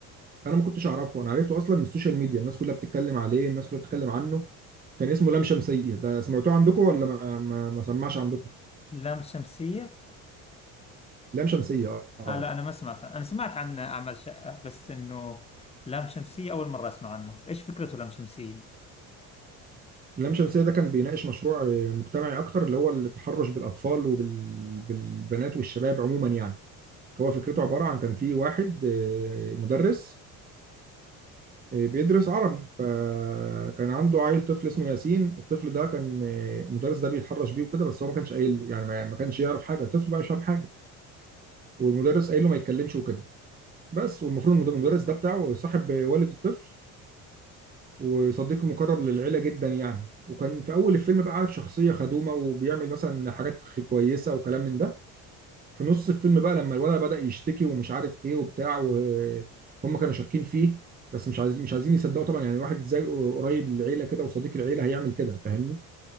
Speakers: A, on the right (about 25°); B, on the left (about 15°).
A: انا ما كنتش اعرفه انا عرفته اصلا من السوشيال ميديا الناس كلها بتتكلم عليه الناس كلها بتتكلم عنه كان اسمه لام شمسيه ده سمعتوه عندكم ولا ما ما, ما سمعش عندكم
B: لام شمسية؟
A: لام شمسية اه
B: آه لا أنا ما سمعت عنه. أنا سمعت عن أعمال شقة بس إنه لام شمسية أول مرة أسمع عنه إيش فكرته لام شمسية؟
A: لام شمسية ده كان بيناقش مشروع آه، مجتمعي أكتر اللي هو التحرش بالأطفال وبالبنات والشباب عموما يعني هو فكرته عبارة عن كان في واحد آه، مدرس آه، بيدرس عربي فكان عنده عيل طفل اسمه ياسين الطفل ده كان آه، المدرس ده بيتحرش بيه وكده بس هو ما كانش قايل له يعني ما ما كانش يعرف حاجة الطفل بقى مش فاهم حاجة والمدرس قايل له ما يتكلمش وكده بس والمفروض المدرس ده بتاعه صاحب والد الطفل وصديق مقرب للعيلة جدا يعني وكان في أول الفيلم بقى عارف شخصية خدومة وبيعمل مثلا حاجات كويسة وكلام من ده في نص الفيلم بقى لما الولد بدأ يشتكي ومش عارف إيه وبتاع وهم كانوا شاكين فيه بس مش عايزين مش عايزين يصدقوا طبعا يعني واحد ازاي قريب للعيلة كده وصديق العيلة هيعمل كده فاهمني